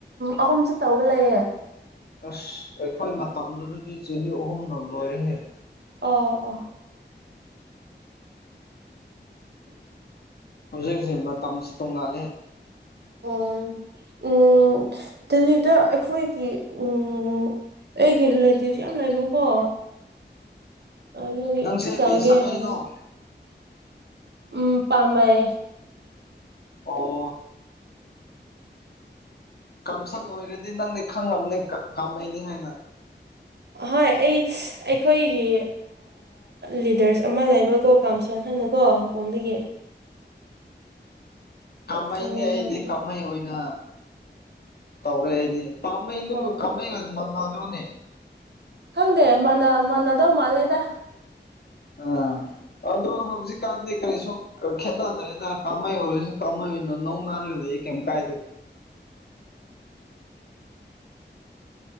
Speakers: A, on the right (about 65°); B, on the left (about 60°).
A: ꯑꯍꯨꯝꯁꯨ ꯇꯧꯕ ꯂꯑꯦ
B: ꯑꯁ ꯑꯩꯈꯣꯏ ꯃꯇꯝꯗꯨꯗꯗꯤ ꯆꯍꯤ ꯑꯍꯨꯝꯂꯣ ꯂꯣꯏꯔꯦꯍꯦ
A: ꯑꯣ ꯑꯣ
B: ꯍꯧꯖꯤꯛ ꯍꯧꯖꯤꯛ ꯃꯇꯝꯁꯤ ꯇꯣꯡꯉꯥꯂꯦ
A: ꯎꯝ ꯎꯝ ꯑꯗꯨꯗ ꯑꯩꯈꯣꯏꯒꯤ ꯎꯝ ꯑꯩꯒꯤ ꯔꯤꯂꯦꯇꯤꯞꯁ ꯌꯥꯝ ꯂꯩꯕꯀꯣ ꯑꯗꯨꯗ
B: ꯅꯪꯁꯦ
A: ꯆꯥꯡꯒꯦ
B: ꯀꯩ ꯁꯥꯒꯩꯅꯣ
A: ꯍꯥꯏ ꯎꯝ ꯄꯥꯃꯃꯦ
B: ꯑꯣ ꯀꯥꯝꯁꯜ ꯑꯣꯏꯔꯗꯤ ꯅꯪꯗꯤ ꯈꯪꯕꯅꯤ ꯀꯥꯝꯃꯩꯅꯤ ꯍꯥꯏꯅ
A: ꯍꯣꯏ ꯑꯩ ꯑꯩꯈꯣꯏꯒꯤ ꯂꯤꯗꯔꯁ ꯑꯃ ꯂꯩꯕꯀꯣ ꯀꯥꯝꯁꯣꯟ ꯍꯥꯏꯅꯀꯣ ꯍꯄꯣꯝꯗꯒꯤ
B: ꯀꯥꯃꯍꯩꯅꯤ
A: ꯈꯪꯉꯦ
B: ꯑꯩꯗꯤ
A: ꯃꯥꯗꯒꯤ
B: ꯀꯥꯍꯩ ꯑꯣꯏꯅ ꯇꯧꯔꯦ ꯑꯩꯗꯤ ꯀꯃ
A: ꯑꯣ
B: ꯀꯃ
A: ꯑꯣ
B: ꯃꯅꯗꯅꯦ
A: ꯈꯪꯗꯦ ꯃꯅꯥ ꯃꯅꯗꯧ ꯃꯥꯜꯂꯦꯗ
B: ꯑ ꯑꯗꯣ ꯍꯧꯖꯤꯛꯀꯥꯟꯗꯤ ꯀꯔꯤꯁꯨ ꯈꯦꯠꯅꯗ꯭ꯔꯦꯗ ꯀꯥꯍꯩ ꯑꯣꯏꯔꯁꯨ ꯀꯥꯃꯩ ꯑꯣꯏꯅꯣ ꯅꯧ ꯅꯥꯔ ꯂ ꯀꯝ ꯀꯥꯏꯗ ꯑ